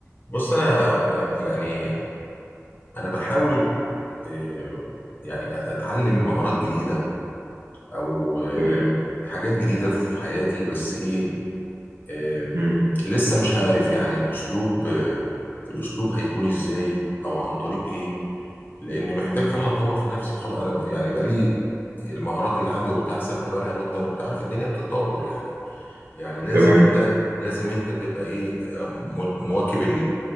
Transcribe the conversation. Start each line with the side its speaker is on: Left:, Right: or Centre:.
Left: بص انا انا يعني انا بحاول آه، يعني اتعلم مهارات جديده او آه،
Right: تمام
Left: حاجات جديده في حياتي بس ايه آم،
Right: مم.
Left: لسه مش عارف يعني الاسلوب آه، الاسلوب هيكون ازاي او عن طريق ايه لان محتاج فعلا اطور في نفسي خلاص انا بق- يعني بقالي المهارات اللي عندي وبتاع ثابته بقالها مده وانت عارف الدنيا بتتطور يعني يعني لازم
Right: تمام
Left: انت لازم انت تبقى ايه م- مواكب ال-